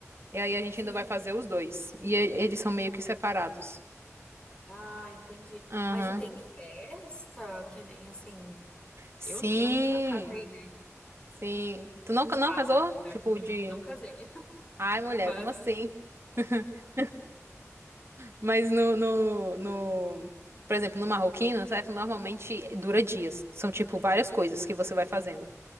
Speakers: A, on the right (about 55°); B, on the left (about 20°).
A: E aí a gente
B: Sim.
A: ainda vai fazer os dois. E e- eles são meio que separados.
B: Ah, entendi.
A: Aham.
B: Mas e tem festa? Que nem assim.
A: Sim,
B: Eu, eu nunca casei, né? De
A: sim. Tu não, não
B: fato,
A: casou?
B: apesar
A: Tipo,
B: de morar.
A: de.
B: Não casei. <laughs>
A: Ai, mulher,
B: Mas.
A: como assim? <laughs> Mas no, no, no. Por exemplo, no marroquino, certo? Normalmente dura dias. São, tipo, várias coisas que você vai fazendo.